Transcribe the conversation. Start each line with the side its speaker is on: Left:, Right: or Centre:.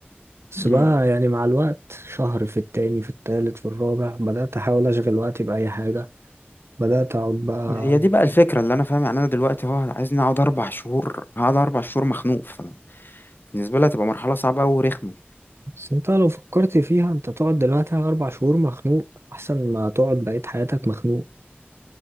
Right: بس
Left: دي
Right: بقى يعني مع الوقت شهر في التاني في التالت في الرابع بدأت أحاول أشغل وقتي بأي حاجة بدأت أقعد بقى
Left: ما هي دي بقى الفكرة اللي أنا فاهم يعني أنا دلوقتي هو عايزني أقعد أربع شهور هقعد أربع شهور مخنوق فبالنسبة لي هتبقى مرحلة صعبة أوي ورخمة
Right: بس انت لو فكرت فيها انت تقعد دلوقتي على اربع شهور مخنوق احسن ما تقعد بقية حياتك مخنوق